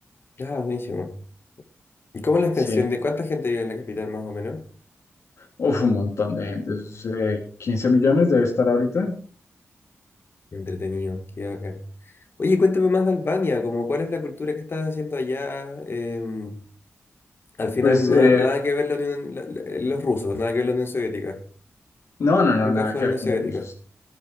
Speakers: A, on the left; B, on the left.
A: Ah, buenísimo. ¿Y cómo es la extensión
B: Sí,
A: de cuánta gente vive en la capital más o menos?
B: uf, un montón de gente, eso es, eh, 15 millones debe estar ahorita.
A: Entretenido, qué bacán. Oye, cuéntame más de Albania, como cuál es la cultura que estás haciendo allá. Em, al final,
B: Pues
A: no-
B: eh,
A: nada que ver la Unión- la- la- los rusos, nada que ver la Unión Soviética.
B: no, no, no,
A: Nunca
B: nada
A: fue
B: que
A: la
B: ver
A: Unión
B: con
A: Soviética.
B: los rusos.